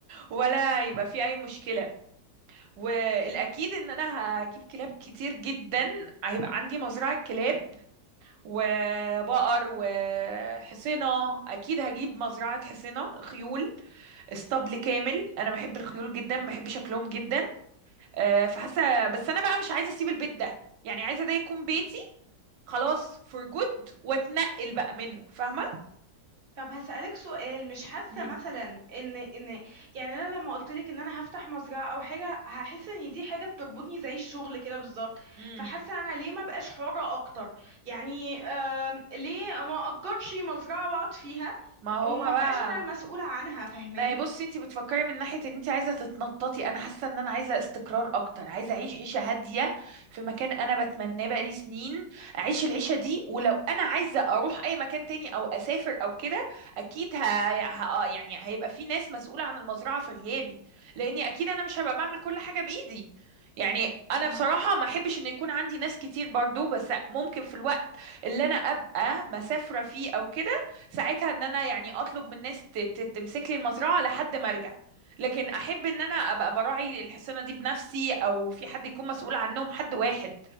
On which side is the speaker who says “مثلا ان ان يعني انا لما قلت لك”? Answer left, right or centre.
Right